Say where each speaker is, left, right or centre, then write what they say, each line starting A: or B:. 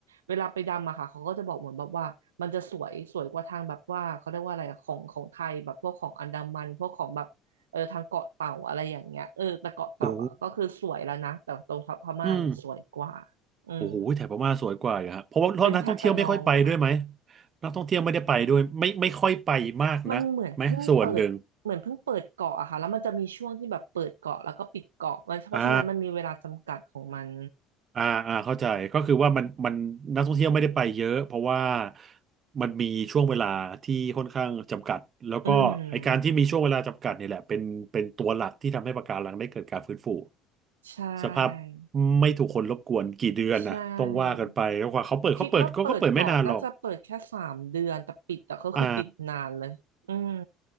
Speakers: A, on the right; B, on the right.
A: เวลาไปดำอะค่ะเขาก็จะบอกเหมือนแบบว่ามันจะสวยสวยกว่าทางแบบว่าเขาเรียกว่าอะไรอะของของไทยแบบพวกของอันดามันพวกของแบบเออทางเกาะเต่าอะไรอย่างเงี้ยเออแต่เกาะเต่าอะก็คือสวยแล้วนะแต่ตรงพม่าเนี่ยสวยกว่า
B: โอ้อืม
A: อืม
B: โอ้โห แถบพม่าสวยกว่าอยู่ฮะเพราะว่านักท่องเที่ยวไม่ค่อยไปด้วยไหม
A: เป็นแถบระนองอะค่ะ
B: นักท่องเที่ยวไม่ได้ไปด้วย ไม่ไม่ค่อยไปมากนักไหมส่วนหนึ่ง
A: มันเหมือนเพิ่งเปิดเหมือนเพิ่งเปิดเกาะอะค่ะแล้วมันจะมีช่วงที่แบบเปิดเกาะแล้วก็ปิดเกาะมันเพราะฉะนั้นมันมีเวลาจำกัดของมัน
B: อ่า อ่าอ่าเข้าใจก็คือว่ามันมันนักท่องเที่ยวไม่ได้ไปเยอะเพราะว่ามันมีช่วงเวลาที่ค่อนข้างจำกัดแล้วก็ไอการที่มีช่วงเวลาจำกัดเนี่ยแหละเป็นเป็นตัวหลักที่ทำให้ปะการังได้เกิดการฟื้นฟู
A: อืมใช่
B: สภาพไม่ถูกคนรบกวนกี่เดือนนะต้องว่ากันไปแล้วกว่าเขาเปิดเขาเปิดก็ก็เปิดไม่นานหรอก
A: ใช่คิดว่าเปิดเกาะน่าจะเปิดแค่สามเดือนแต่ปิดอะก็คือปิดนานเลยอืม
B: อ่า